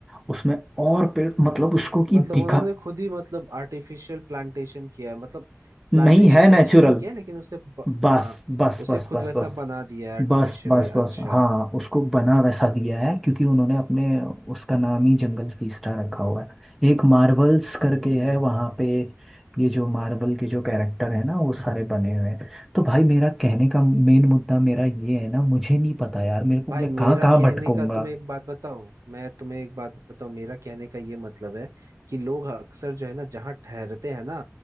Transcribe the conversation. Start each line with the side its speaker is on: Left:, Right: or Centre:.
Centre: उसमें और पेड़ मतलब उसको कि
Right: मतलब
Centre: दिखा
Right: उन्होंने खुद ही मतलब आर्टिफिशियल प्लांटेशन किया है मतलब प्लांटेशन
Centre: नहीं है नेचुरल
Right: नेचुरली किया है लेकिन उसे ब...
Centre: बस
Right: हाँ
Centre: बस
Right: उसे
Centre: बस
Right: खुद
Centre: बस
Right: वैसा
Centre: बस
Right: बना दिया है आर्टिफिशियली
Centre: बस बस बस
Right: अच्छा
Centre: हाँ उसको बना वैसा दिया है क्योंकि उन्होंने अपने उसका नाम ही जंगल फीस्टा रखा हुआ है एक मार्वल्स करके
Right: हम्म
Centre: है वहाँ पे ये जो मार्वल के जो कैरेक्टर है ना वो सारे बने हुए हैं तो भाई मेरा कहने का मेन मुद्दा मेरा ये है ना मुझे नहीं पता यार मेरे को
Right: भाई
Centre: मैं
Right: मेरा
Centre: कहाँ कहाँ
Right: कहने
Centre: भटकूंगा
Right: का तुम्हें एक बात बताऊं मैं तुम्हें एक बात बताऊं मेरा कहने का ये मतलब है कि लोग अक्सर जो है ना जहाँ ठहरते हैं ना